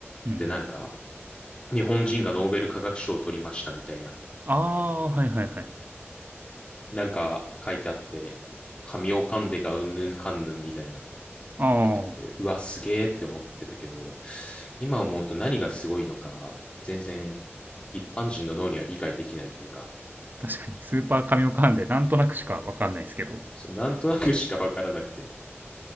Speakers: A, on the right; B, on the left.
A: うんうん。
B: で、なんか、日本人がノーベル化学賞を取りましたみたいな、
A: ああー、はいはいはい。
B: なんか書いてあって、神を噛んでがうんぬんかんぬんみたいな
A: あ
B: 書いてあって、
A: あ、
B: うわ、すげえって思ってたけど、今思うと何がすごいのか、全然一般人の脳には理解できないというか、
A: 確かに。スーパー神オカンで、なんとなくしかわかんないですけど。
B: そうなんとなくしかわからなくて、